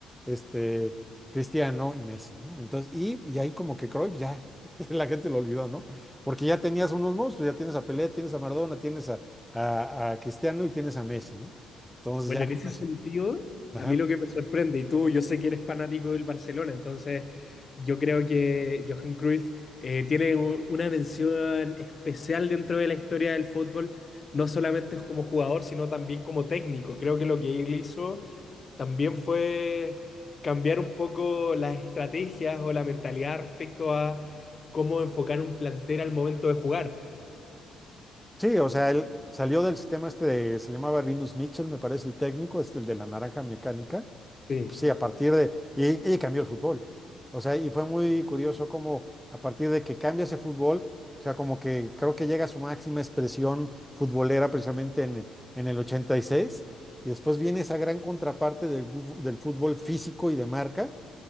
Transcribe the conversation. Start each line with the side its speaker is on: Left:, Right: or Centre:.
Centre: este, Cristiano y Messi, ¿no? Entonces, y, y ahí como que Cruyff ya, <laughs> la gente lo olvidó, ¿no? Porque ya tenías unos monstruos, ya tienes a Pelé, tienes a Maradona, tienes a, a- a Cristiano y tienes a Messi, ¿no? Entonces
Left: Bueno,
Centre: ya
Left: en
Centre: con
Left: ese
Centre: eso.
Left: sentido,
Centre: <laughs>
Left: a mí lo que me sorprende, y tú, yo sé que eres fanático del Barcelona, entonces yo creo que Johan Cruyff eh, tiene un- una mención especial dentro de la historia del fútbol, no solamente como jugador, sino también como técnico. Creo que lo que él hizo también fue cambiar un poco las estrategias o la mentalidad respecto a cómo enfocar un plantel al momento de jugar.
Centre: Sí, o sea, él salió del sistema este de, se llamaba Rinus Mitchell, me parece el técnico, este el de la naranja mecánica,
Left: Sí.
Centre: y pues sí, a partir de, y, y cambió el fútbol. O sea, y fue muy curioso como a partir de que cambia ese fútbol, o sea, como que creo que llega a su máxima expresión futbolera precisamente en el, en el 86, y seis, y después viene esa gran contraparte del, buf- del fútbol físico y de marca,